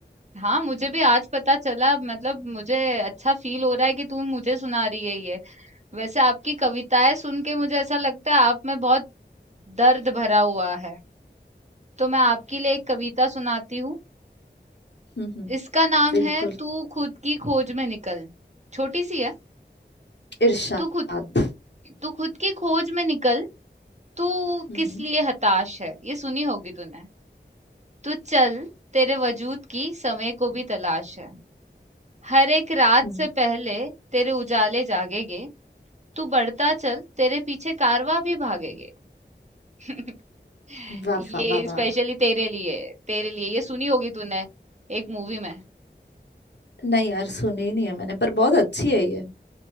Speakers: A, on the right; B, on the left.
A: हाँ मुझे भी आज पता चला मतलब मुझे अच्छा फील हो रहा है कि तू मुझे सुना रही है ये वैसे आपकी कविताएं सुन के मुझे ऐसा लगता है आप में बहुत दर्द भरा हुआ है तो मैं आपके लिए एक कविता सुनाती हूँ
B: हम्म
A: इसका नाम
B: बिल्कुल
A: है तू खुद की खोज में निकल छोटी सी है
B: इरशाद
A: तू खुद तू खुद की खोज में निकल तू
B: हम्म
A: किस लिए हताश है ये सुनी होगी तूने तू चल तेरे वजूद की समय को भी तलाश है हर एक रात
B: हम्म,
A: से पहले तेरे उजाले जागेंगे तू बढ़ता चल तेरे पीछे कारवां भी भागेंगे <laughs>
B: वाह
A: ये
B: वाह वाह वाह
A: स्पेशली तेरे लिए तेरे लिए ये सुनी होगी तूने एक मूवी में
B: नहीं यार सुनी ही नहीं है मैंने पर बहुत अच्छी है ये